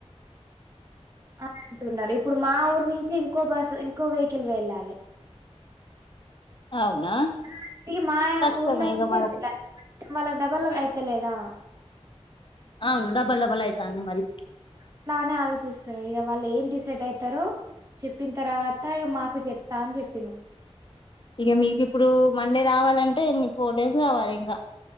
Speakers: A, on the right; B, on the left.
A: అంటున్నార్ ఇప్ ఇప్పుడు మా ఊరు నించి ఇంకో బస్ ఇంకో వెహికల్ వెళ్లాలే
B: అవునా
A: ఆ అండి మా
B: కష్టమే
A: ఊర్లా
B: ఇగ
A: నించి
B: మన
A: వెళ్లాలి వాళ్లక్ డబల్ అయితలేదా
B: అవును డబల్ డబల్ అయితంది మరి
A: అలానే ఆలోచిస్తున్నారు ఇక వాళ్ళు ఏం డిసైడ్ అయితరో చెప్ ప్పిన తర్వాత ఇక మాకు చెప్తా అని చెప్పిన
B: ఇక మీకు ఇప్పుడు మండే రావాలంటే ఎన్ని ఫోర్ డేస్ కావాలి ఇంకా